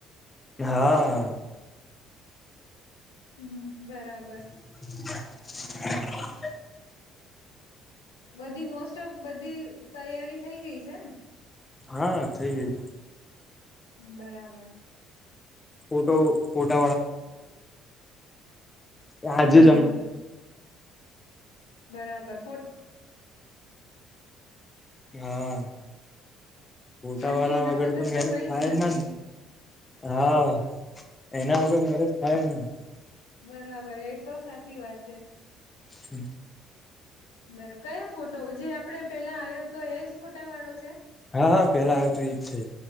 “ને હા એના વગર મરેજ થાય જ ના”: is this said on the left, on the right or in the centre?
Left